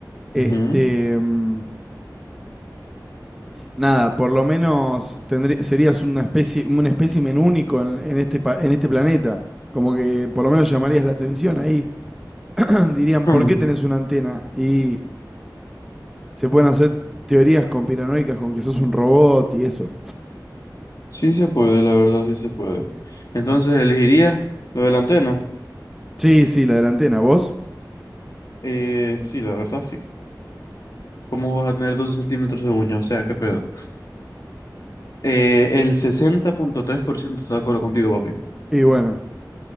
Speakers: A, in the centre; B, on the left (about 55°).
A: este,
B: Ujú.
A: mm, nada, por lo menos tendrí- serías una especie, un espécimen único en, en este, pa- en este planeta. Como que por lo menos llamarías la atención ahí. <clears throat> Dirían,
B: Hmm,
A: ¿por qué tenés una antena? Y Se pueden hacer teorías conspiranoicas con que sos un robot y eso.
B: Sí se puede, la verdad, sí se puede. Entonces, elegiría lo de la antena?
A: Sí, sí, la de la antena, vos.
B: Eh, sí, la verdad, sí. ¿Cómo vas a tener 12 centímetros de uña? O sea, qué pedo. Eh, el sesenta punto tres por ciento está de acuerdo contigo, papi.
A: Y bueno.